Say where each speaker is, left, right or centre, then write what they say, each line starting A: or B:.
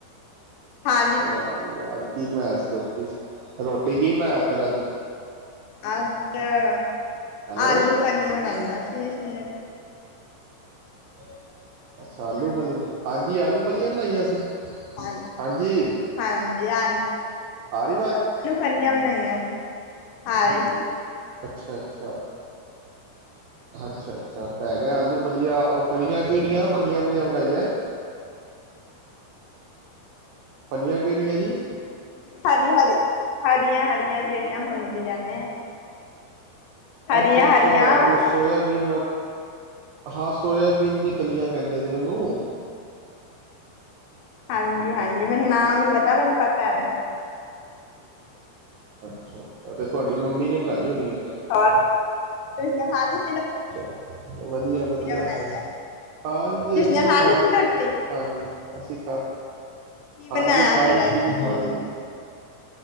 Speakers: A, on the left; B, on the right.
A: ਖਾ ਲਿੱਤੀ।
B: ਵਾਹ ਜੀ, ਵਾਹ ਜੀ ਕੀ ਬਣਾਯਾ ਸੀ। ਰੋ ਰੋਟੀ ਕੀ ਬਣਾਇਆ ਫੇ ਅੱਜ।
A: ਆ <unintelligible>
B: ਹੈਲੋ
A: ਆਲੂ ਪਨੀਰ ਬਣਲਾ ਸੀ। <unintelligible>
B: ਹ ਅੱਛਾ ਆਲੂ ਪਨੀਰ, ਹਾਂਜੀ ਆਲੂ ਫਲੀਆਂ ਬਣਾਈਆਂ ਸੀ।
A: ਹਾਂਜੀ-
B: ਹਾਂਜੀ
A: ਹਾਂਜੀ
B: ਆ ਰਹੀ ਆਵਾਜ਼
A: ਪਰ ਫਨੀਆਂ ਬਣਾਈਆਂ ਹਾਂਜੀ
B: ਅੱਛਾ, ਅੱਛਾ, ਅੱਛਾ, ਅੱਛਾ ਮੈ ਕਿਆ ਆਲੂ ਫਲੀਆਂ ਉਹ ਫਲੀਆਂ ਕਿਹੜੀਆਂ ਬਲੀਆਂ ਵੱਲੀਆਂ ਬਣਾਈਆਂ। ਫਲੀਆਂ ਕਿਹੜੀਆਂ ਜੀ?
A: ਹਰੀ, ਹਰੀ, ਹਰੀਆਂ- ਹਰੀਆਂ ਜਿਹੜੀਆਂ ਹੁੰਦੀਆਂ ਨੇ। ਹਰੀਆਂ-ਹਰੀਆਂ
B: ਅੱਛਾ- ਅੱਛਾ ਉਹ ਸੋਇਆਬੀਨ ਵਰ ਹਾਂ ਸੋਇਆਬੀਨ ਦੀ ਫਲੀਆਂ ਕਹਿੰਦੇ ਨੇ, ਉਹਨੂੰ
A: ਹਾਂਜੀ, ਹਾਂਜੀ ਮੈਨੂੰ ਨਾਮ ਨੀ ਪਤਾ ਮੈਨੂੰ ਪਤਾ ਹੈ ਵੈ
B: ਅੱਛਾ। ਔ ਤੇ ਤੁਹਾਡੀ ਮੰਮੀ ਨੇ ਬਣਾਈ ਹੋਣੀ ਹੈ
A: ਹੋਰ ਇਸਨੇ ਖਾਲੀ
B: ਚੱਲੋ ਵਧੀਆ, ਵਧੀਆ
A: ਬਣਾਈ ਆ।
B: ਹਾਂਜੀ
A: ਤੁਸੀਂ
B: ਅਸੀਂ
A: ਨੇ
B: ਵੀ ਖਾ
A: ਲਿੱਤੀ
B: ਲੀਤੀ
A: ਰੋਟੀ?
B: ਹਾਂਜੀ ਅਸੀਂ ਕ
A: ਕੀ ਬਣਾਇਆ
B: ਹਾਂਜੀ ਖਾ
A: ਫੇਰ
B: ਲਿੱਤੀ
A: ਅੱਜ
B: ਜੀ,
A: ਤੁਸੀਂ
B: ਖਾ ਲਿੱਤੀ।
A: ਨੇ?